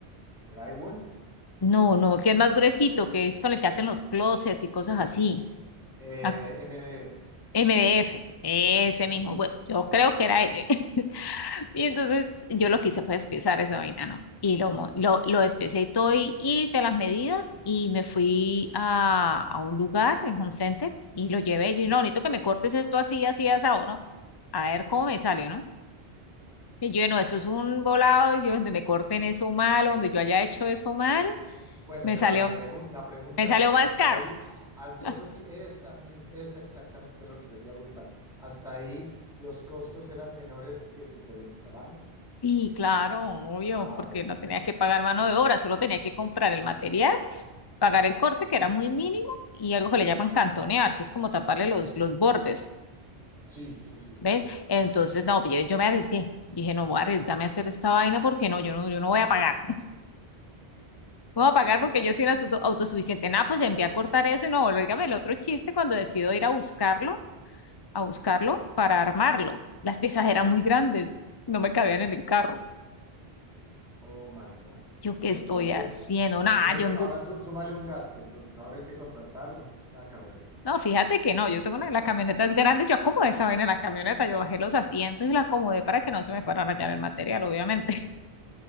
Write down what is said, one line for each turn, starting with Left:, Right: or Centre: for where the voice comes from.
Centre: Drywall,
Left: no, no, que es más gruesito, que es con el que hacen los closets y cosas así.
Centre: eh,
Left: Ah,
Centre: MDF.
Left: MDF, ese mismo. Bueno, yo creo que era ese. Y entonces yo lo que hice fue despiezar esa vaina, ¿no? Y lo, mo- lo, lo despiecé y todo y hice las medidas y me fui a, a un lugar, en Home Center, y lo llevé. Y Yo, no, bonito que me cortes esto así, así, asado, ¿no? A ver cómo me sale, ¿no? Y yo, no, eso es un volado, y yo, donde me corten eso mal, donde yo haya hecho eso mal,
Centre: Bueno,
Left: me
Centre: pero
Left: salió,
Centre: la pregun- la pregunta
Left: me salió
Centre: es,
Left: más
Centre: hasta
Left: caro.
Centre: ahí, a- as- eso
Left: <laughs>
Centre: ti- esa misma, es exactamente lo que yo te iba a preguntar. ¿Hasta ahí los costos eran menores que si te lo instalaban?
Left: Y claro, obvio,
Centre: Ah,
Left: porque
Centre: bueno.
Left: no tenía que pagar mano de obra, solo tenía que comprar el material pagar el corte, que era muy mínimo, y algo que le llaman cantonear, que es como taparle los, los bordes,
Centre: Sí, sí, sí,
Left: ¿ves?
Centre: así es.
Left: Entonces, no, yo, yo me arriesgué. Dije, no voy a arriesgarme a hacer esta vaina porque no, yo no, yo no voy a pagar. <laughs>
Centre: Y
Left: No voy a
Centre: que,
Left: pagar porque yo soy una auto- autosuficiente. Nada, pues envié a cortar eso y no, dígame el otro chiste cuando decido ir a buscarlo, a buscarlo para armarlo. Las piezas eran muy grandes, no me cabían en el carro.
Centre: oh my God.
Left: Yo qué
Centre: Y
Left: estoy
Centre: entonces,
Left: haciendo, nada,
Centre: entonces
Left: yo
Centre: ahora su- súmale un gasto, entonces ahora hay que contratar un acarreo.
Left: No, fíjate que no, yo tengo una de las camionetas grandes, yo acomodé esa vaina en la camioneta, yo bajé los asientos y la acomodé para que no se me fuera a rayar el material, obviamente. <laughs>